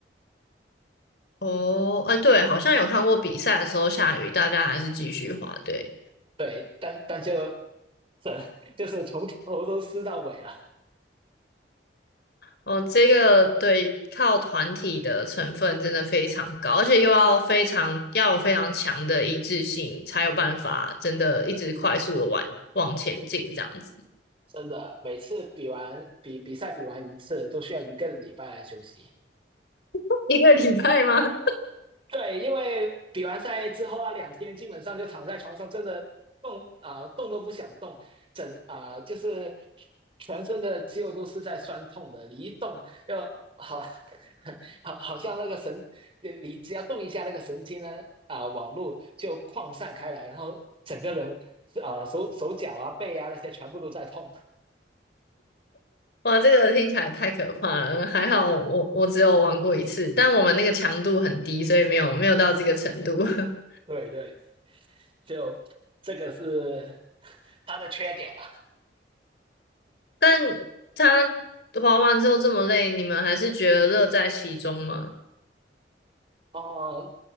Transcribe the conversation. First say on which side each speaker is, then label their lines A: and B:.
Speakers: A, on the left; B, on the right.
A: 哦，哎，对，好像有看过比赛的时候下雨，大家还是继续滑，对。
B: 对，但但就整 <laughs> 就是从头都湿到尾了。
A: 哦，这个对，靠团体的成分真的非常高，而且又要非常要有非常强的一致性，才有办法真的一直快速的往往前进这样子。
B: 真的，每次比完比比赛比完一次，都需要一个礼拜来休息。
A: <laughs> 一个礼拜吗？
B: 对，因为比完赛之后那两天，基本上就躺在床上，真的动啊、呃动都不想动，整啊、呃就是全身的肌肉都是在酸痛的，你一动又好 <laughs> 好好像那个神，你只要动一下那个神经呢啊、呃网络就扩散开来，然后整个人啊、呃手手脚啊背啊那些全部都在痛。
A: 哇，这个听起来太可怕了。还好我我只有玩过一次，但我们那个强度很低，所以没有没有到这个程度。<laughs>
B: 对对，就这个是 <laughs> 它的缺点嘛。
A: 但他滑完之后这么累，你们还是觉得乐在其中吗？
B: 啊哦、呃